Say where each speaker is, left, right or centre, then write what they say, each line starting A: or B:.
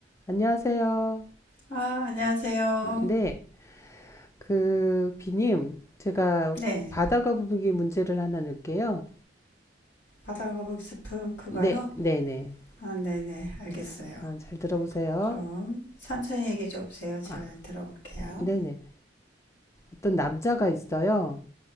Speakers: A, on the left; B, on the left.
A: 안녕하세요.
B: 아, 안녕하세요.
A: 아, 네, 그 비님, 제가
B: 네,
A: 바다가 부분기 문제를 하나 낼게요.
B: 바다거북이 스프 그거요?
A: 네, 네, 네.
B: 아, 네네, 알겠어요.
A: 아, 자, 아, 잘 들어보세요.
B: 좀 천천히 얘기 좀 해보세요. 잘
A: 아,
B: 들어볼게요.
A: 네, 네. 어떤 남자가 있어요.